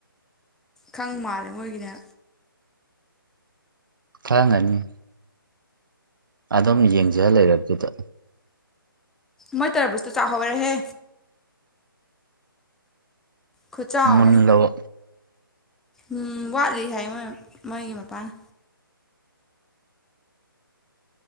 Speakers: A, in the centre; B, on the right (about 60°).
A: ꯈꯪ ꯃꯥꯜꯂꯦ ꯃꯣꯏꯒꯤꯅ
B: ꯈꯪꯉꯅꯤ ꯑꯗꯨꯝ ꯌꯦꯡꯖ ꯂꯩꯔꯕꯗꯨꯗ
A: ꯃꯣꯏ ꯇꯔꯕꯨꯁꯇꯨ ꯆꯥꯍꯧꯔꯦꯍꯦ ꯈꯨꯠꯆꯥꯎ
B: ꯃꯨꯜꯂꯕ
A: ꯑꯃꯅꯤ ꯎꯝ ꯋꯥꯠꯂꯤ ꯍꯥꯏ ꯃꯣꯏ ꯃꯣꯏꯒꯤ ꯃꯄꯥꯅ